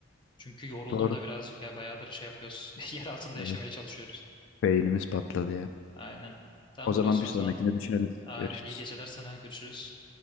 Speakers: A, on the left; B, on the left.
A: Çünkü yoruldum
B: Doğru.
A: da birazcık ya. Bayağıdır şey yapıyoruz. <laughs> Yer altında yaşamaya
B: Evet.
A: çalışıyoruz.
B: Beynimiz patladı ya.
A: Aynen. Tamamdır
B: O zaman
A: dostum
B: bir sonrakine
A: o zaman.
B: düşünelim.
A: Aynen.
B: Görüşürüz.
A: İyi geceler sana. Görüşürüz.